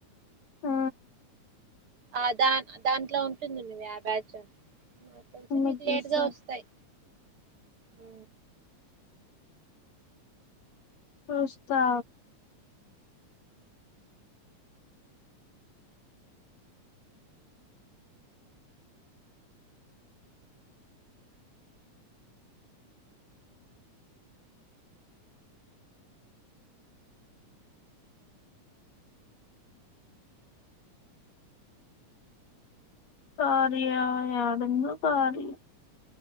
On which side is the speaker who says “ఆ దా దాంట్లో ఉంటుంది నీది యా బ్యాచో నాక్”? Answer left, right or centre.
Right